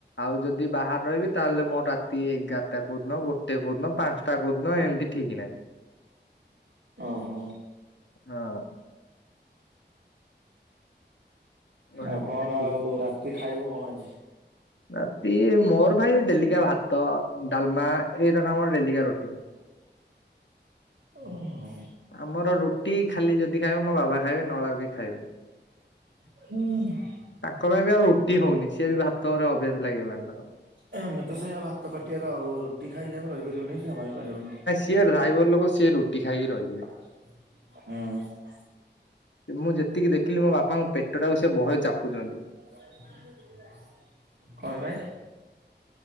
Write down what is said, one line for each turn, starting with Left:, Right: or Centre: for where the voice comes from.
Left: ଆଉ ଯଦି ବାହାରେ ରହିବି ତାହେଲେ ମୋ ରାତି ଏଗାରଟା କୋଦିନ ଗୋଟେ କୋଦିନ ପାଞ୍ଚଟା ଟା କୋଉଦିନ ଏମିତି ଠିକ୍ ନାହିଁ।
Right: ଓ ହୋ
Left: ହଁ ସେମିତିରେ
Right: ଆଉ କଣ
Left: ଠିକ
Right: ଆଉ
Left: ନାହିଁ।
Right: ରାତି ଖାଇବ କଣ ଆଜି?
Left: ରାତି ମୋର ଭାଇ ଡେଲିକା ଭାତ ଡାଲମା ଏରାକ ଆମର ଡେଲିକା ରୁଟିନ।
Right: ଓ ହ
Left: ଆମର ରୁଟି ଖାଲି ଯଦି ଖାଇବେ ମୋ ବାବା ଖାଇବେ ନହେଲେ ଆଉ କେହି ଖାଇବେନି।
Right: ହୁଁ
Left: ତାଙ୍କ ପାଇଁ ବି ଆଉ ରୁଟି ହଉନି ସିଏ ବି ଭାତ ଘରେ ଅଭ୍ୟାସ ଲାଗିଗଲାଣି ତାଙ୍କର।
Right: ଆମେ ତ ସେଇଆ ଭାତ ପାଟିଆର ଆଉ ରୁଟି ଖାଇକି ଆମେ ରହିପାରିବୁନି କି ସମ୍ଭାଳି ପାରିବୁନି।
Left: ଯିଏ ଡ୍ରାଇଭର ଲୋକ ସିଏ ରୁଟି ଖାଇକି ରହିଯିବେ।
Right: ହୁଁ
Left: ମୁଁ ଯେତିକି ଦେଖିଲି ମୋ ବାପାଙ୍କ ପେଟାକୁ ସେ ବହେ ଚାପୁଛନ୍ତି।
Right: <inaudible> କଣ ପାଇଁ?